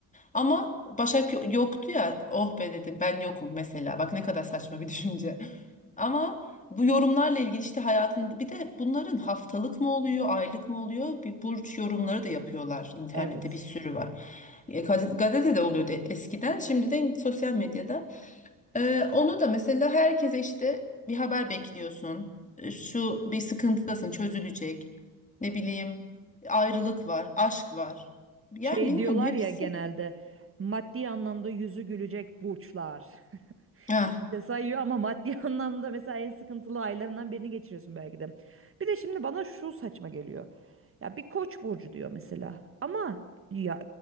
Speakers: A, on the left; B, on the right.
A: Ama Başak yo- yoktu ya oh be dedim ben yokum mesela bak ne kadar saçma bir <laughs> düşünce. Ama bu yorumlarla ilgili işte hayatında bir de bunların haftalık mı oluyor, aylık mı oluyor? Bir burç yorumları da yapıyorlar. İnternette
B: Evet.
A: bir sürü var. E, gaz- Gazetede oluyordu eskiden, şimdi de sosyal medyada. E, onu da mesela herkese işte bir haber bekliyorsun. E, Şu bir sıkıntıdasın, çözülecek. Ne bileyim, ayrılık var, aşk var. Yani
B: Şey
A: bilmiyorum
B: diyorlar
A: hepsi.
B: ya genelde maddi anlamda yüzü gülecek burçlar. <laughs>
A: Ah.
B: İşte sayıyor ama maddi <laughs> anlamda mesela en sıkıntılı aylarından birini geçiriyorsun belki de. Bir de şimdi bana şu saçma geliyor. Ya bir koç burcu diyor mesela. Ama ya